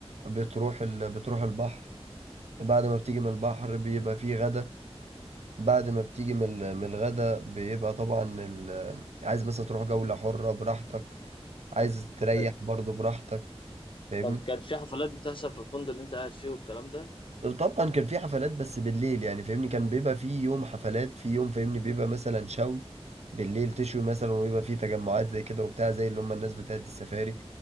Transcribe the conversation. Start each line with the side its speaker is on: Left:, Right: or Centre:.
Right: بتروح ال... بتروح البحر بعد ما بتيجي من البحر بيبقى فيه غدا بعد ما بتيجي من ال- من الغدا بيبقى طبعا ال- عايز مثلا تروح جولة حرة براحتك عايز تريح
Left: أيوة.
Right: برضه براحتك فاهمني
Left: طب كان في حفلات بتحصل في الفندق اللي انت قاعد فيه والكلام ده
Right: طبعا كان في حفلات بس بالليل يعني فاهمني كان بيبقى في يوم حفلات في يوم فاهمني بيبقى مثلا شوي بالليل تشوي مثلا ويبقى في تجمعات زي كده وبتاع زي اللي هم الناس بتاعت السفاري